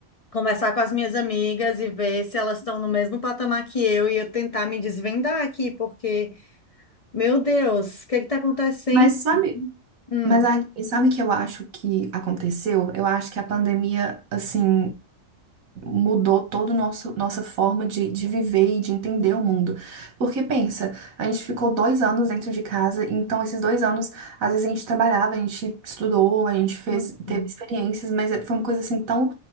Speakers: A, on the left; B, on the right.
A: conversar com as minhas amigas e ver se elas estão no mesmo patamar que eu e eu tentar me desvendar aqui, porque, meu Deus, o que que tá acontecendo?
B: Mas sabe,
A: Hum,
B: mas Aline, sabe o que eu acho que aconteceu? Eu acho que a pandemia, assim, mudou toda nossa forma de, de viver e de entender o mundo. Porque pensa, a gente ficou dois anos dentro de casa, então esses dois anos, às vezes a gente trabalhava, a gente estudou, a gente fez,
A: Uhum,
B: teve experiências, mas é- foi uma coisa assim tão.